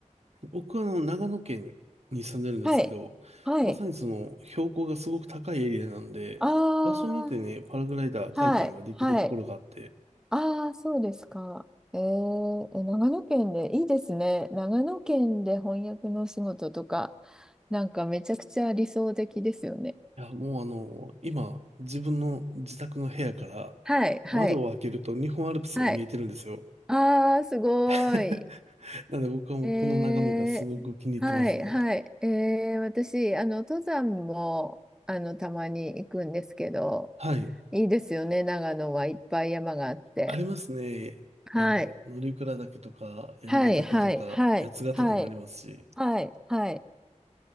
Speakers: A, on the right; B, in the centre.
A: 僕はあの長野県に住んでるんですけど、
B: はい、はい。
A: まさにその標高がすごく高いエリアなんで、
B: ああ、
A: 場所によってね、パラグライダー体験ができるところがあって、
B: はい、はい。ああ、そうですか。えー、え、長野県で、いいですね。長野県で翻訳のお仕事とか、なんかめちゃくちゃ理想的ですよね。
A: いや、もうあの、今、自分の自宅の部屋から
B: はい、はい、
A: 窓を開けると日本アルプスが見えてるんですよ。
B: はい。ああ、すごい。
A: <laughs> なので僕はもうこの眺めがすごく気に入ってますね。
B: えー、はい、はい。えー、私、あの、登山も、あの、たまに行くんですけど、
A: はい。
B: いいですよね、長野はいっぱい山があって。
A: ありますね。あの、
B: はい、
A: 乗鞍岳とか、槍ヶ岳とか、
B: はい、はい、はい、
A: 八ヶ岳もありますし、
B: はい、はい、はい。